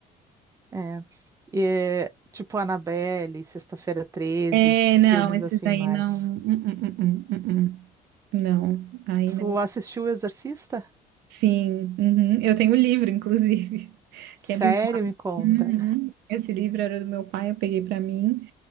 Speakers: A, on the right; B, on the right.
A: é. E é, tipo Annabelle, Sexta-feira Treze,
B: É,
A: esses
B: não,
A: filmes
B: esses
A: assim
B: aí
A: mais.
B: não. hum, hum, hum, hum, hum. hum. Não, aí
A: Tu
B: não.
A: assistiu O Exorcista?
B: Sim, uhum. Eu tenho o livro, inclusive, <laughs>
A: Sério,
B: que é
A: me conta.
B: Uhum. Esse livro era do meu pai, eu peguei pra mim